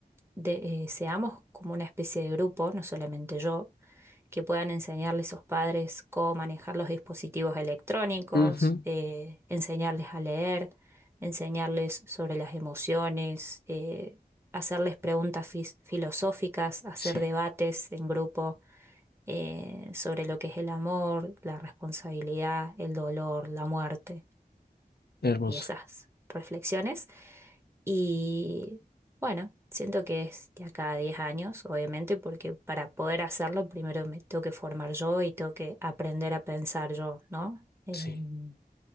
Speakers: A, on the right; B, on the left.
A: de- eh, seamos como una especie de grupo, no solamente yo, que puedan enseñarle a esos padres cómo manejar los dispositivos electrónicos,
B: ujú,
A: eh, enseñarles a leer, enseñarles sobre las emociones, eh, hacerles preguntas fis- filosóficas, hacer
B: sí,
A: debates en grupo eh, sobre lo que es el amor, la responsabilidad, el dolor, la muerte
B: hermoso,
A: y esas reflexiones. Y bueno, siento que es de acá a 10 años, obviamente, porque para poder hacerlo primero me tengo que formar yo y tengo que aprender a pensar yo, ¿no? Em,
B: sí,